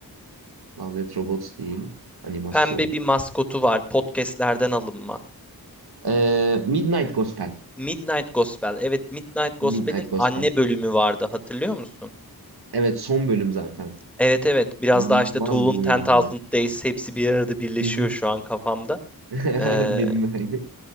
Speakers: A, on the right; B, in the centre.
A: Love Death Robots değil. Animasyon.
B: Pembe bir maskotu var. Podcast'lerden alınma.
A: Ee, Midnight Gospel.
B: Midnight Gospel. Evet, Midnight Gospel'in
A: Midnight Gospel.
B: anne bölümü vardı. Hatırlıyor musun?
A: Evet son bölüm zaten.
B: Evet evet. Biraz
A: İnanılmaz
B: daha işte Tool'un
A: bir
B: 10,000
A: bölümdü.
B: Days hepsi bir arada birleşiyor
A: Hı hı.
B: şu an kafamda.
A: <laughs>
B: Ee,
A: Benim de aynı.